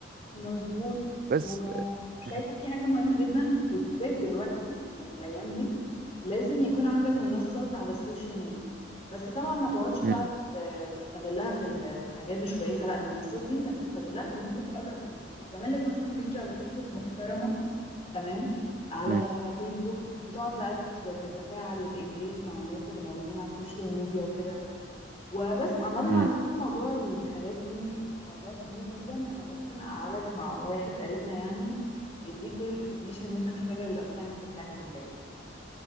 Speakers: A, on the left (about 35°); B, on the right (about 50°).
A: مظبوط
B: بس
A: وشايفة
B: مم.
A: في حاجة مهمة جدا بالذات دلوقتي يعني الأيام دي لازم يكون عندك منصات على السوشيال ميديا بس طبعا ما تقعدش بقى
B: مم.
A: ت- تستغلها في ال- في حاجات مش كويسة لا المنصات دي انت هتستغلها في ان انت تقرب من الناس تعمل لك مثلا بيج على تيك توك محترمة تمام على
B: مم.
A: فيسبوك وتقعد بقى تت- تتفاعل وتنجيج مع الناس اللي موجودين على السوشيال ميديا وكده وبس عامة
B: مم.
A: على فكرة موضوع الحاجات دي موضوع كبير جدا أنا ممكن أقعدك مع واحد قريبنا يعني يديك كل الانفورميشن اللي أنت محتاجها للأسايمنت بتاع الكلية